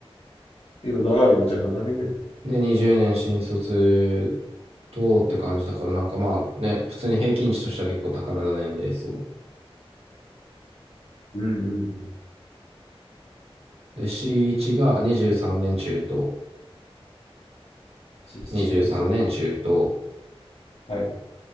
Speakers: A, on the left; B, on the right.
A: ええ長いね、じゃあ7年ぐらい。
B: で、20年新卒とって感じだから、なんかまあね、普通に平均値としては結構高めの年齢層。
A: うんうんうん。
B: で、C1 が23年中と、
A: 7、
B: 23年中と、
A: が20。はい。